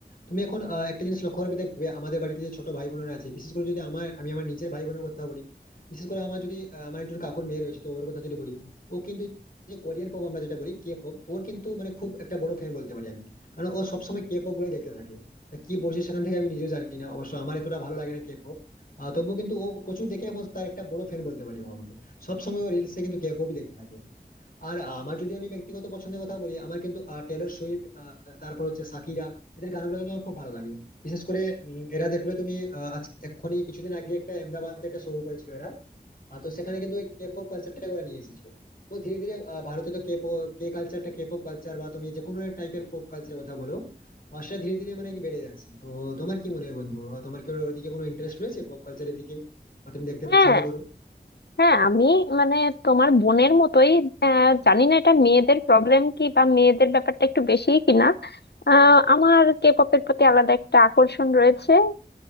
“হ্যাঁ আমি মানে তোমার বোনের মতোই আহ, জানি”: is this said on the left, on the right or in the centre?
Left